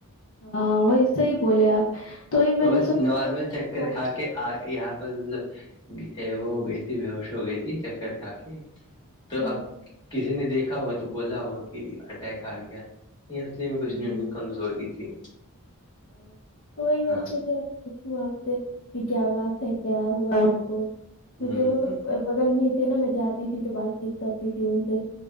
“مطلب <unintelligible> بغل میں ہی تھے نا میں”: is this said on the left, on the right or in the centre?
Left